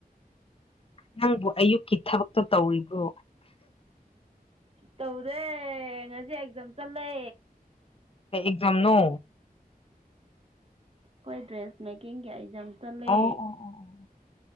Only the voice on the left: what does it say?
ꯅꯪꯕꯨ ꯑꯌꯨꯛꯀꯤ ꯊꯕꯛꯇꯣ ꯇꯧꯔꯤꯕ꯭ꯔꯣ
ꯀꯪ ꯑꯦꯛꯖꯝꯅꯣ
ꯑꯣ ꯑꯣ ꯑꯣ